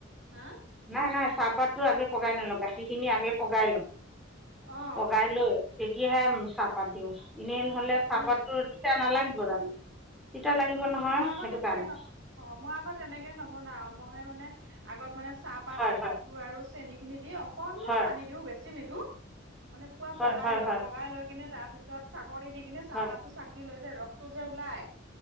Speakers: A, on the right; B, in the centre.
A: হা
B: নাই নাই চাপ। পতটো আগে পগাই নলওঁ গাখীৰ খিনি আগে পগাই লওঁ
A: অ
B: পগাই লৈ। তেতিয়াহে চাহপাত দিওঁ এনেই নহলে চাহপাতটো
A: উম
B: তিতা নালাগিব জানো? তিতা লাগিব নহয়
A: অ মই আকৌ
B: সেইটো
A: তেনেকে
B: কাৰণে
A: ন অ মই আকৌ তেনেকে নবনা মই মানে। আগত মানে চাহপাতটো
B: হয় হয়
A: আৰু চেনী খিনি দি অকনমান
B: হয়
A: পানী দিওঁ বেছি নিদিওঁ,। মানে পুৰা
B: হয়
A: পগাই লওঁ
B: হয়
A: পগাই লৈ কিনে তাৰ পিছত চাকনি দি কিনে চাহপাতটো
B: হয়
A: চাকি লৈ,। যে ৰসটো যে ওলাই